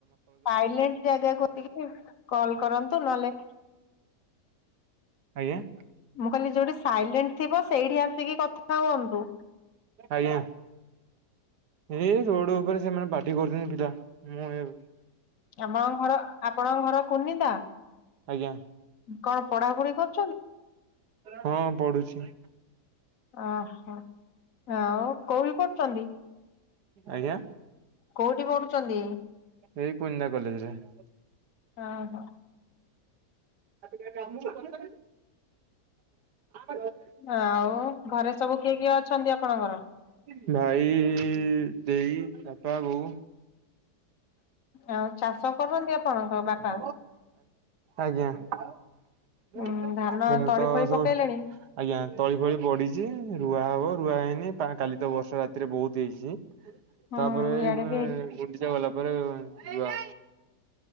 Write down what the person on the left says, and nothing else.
ଥାଇଲାଣ୍ଡ ଜାଗା କ ଟିକେ କଲ୍ କରନ୍ତୁ ନଏଲେ
ମୁଁ କହିଲି ଯୋଉଠି ସାଇଲେଣ୍ଟ ଥିବ ସେଇଠି ଆସିକି କଥା ହୁଅନ୍ତୁ।
ଆମ ଘର ଆପଣଙ୍କ ଘର କୁନିନ୍ଦା?
କଣ ପଢାପଢି କରୁ
ଓହୋଃ ଆଉ କୋଉଠି ପଢୁଛନ୍ତି?
କୋଉଠି ପଢୁଛନ୍ତି?
ଓହୋ
ଆଉ ଘରେ ସବୁ କିଏ କିଏ ଅଛନ୍ତି ଆପଣଙ୍କର?
ଆଉ ଚାଷ କରନ୍ତି ଆପଣଙ୍କ ବାପା?
ଉଁ ଧାନ ତଳି
ଫଳି
ପକେଇଲେଣି?
ହୁଁ
ଇଆଡେ
ବି